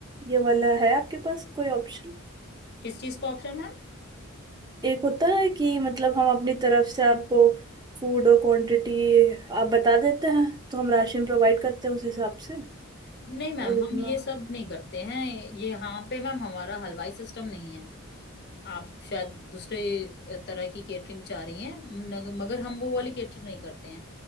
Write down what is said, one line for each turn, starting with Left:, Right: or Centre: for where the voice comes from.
Right: ये वाला है आपके पास कोई ऑप्शन
Left: किस चीज का ऑप्शन मैम
Right: एक होता है कि मतलब हम अपनी तरफ से आपको फूड और क्वांटिटी आप बता देते हैं तो हम राशन प्रोवाइड करते हैं उस हिसाब से
Left: नहीं मैम
Right: और उतना
Left: हम ये सब नहीं करते हैं ये यहाँ पे मैम हमारा हलवाई सिस्टम नहीं है आप शायद दूसरे तरह की केटरिंग चाह रही हैं नग- मगर हम वो वाली केटरिंग नहीं करते हैं